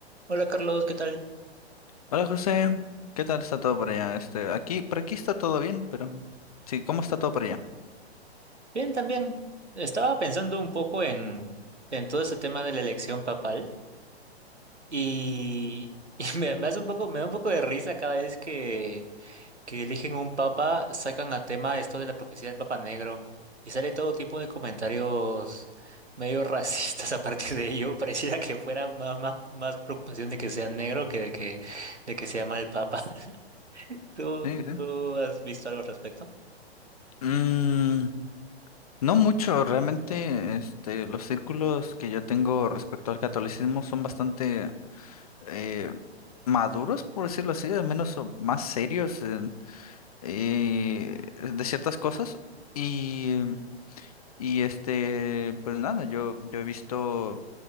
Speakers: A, on the right; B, on the left.
A: Hola Carlos, ¿qué tal?
B: Hola José, ¿qué tal está todo por allá? Este, aquí, por aquí está todo bien, pero sí, ¿cómo está todo por allá?
A: Bien, también. Estaba pensando un poco en, en todo ese tema de la elección papal y, <laughs> y me, me hace un poco, me da un poco de risa cada vez que, que eligen un papa, sacan a tema esto de la profecía del Papa Negro y sale todo tipo de comentarios medio <laughs> racistas a partir de ello. Pareciera que fuera más, más, más preocupación de que sea negro que de que, de que sea mal papa. <laughs> ¿Tú,
B: Sí, sí.
A: tú has visto algo al respecto?
B: Mm, no mucho, realmente, este, los círculos que yo tengo respecto al catolicismo son bastante eh, maduros, por decirlo así, al menos o más serios en- eh, de ciertas cosas. Y, y este, pues nada, yo, yo he visto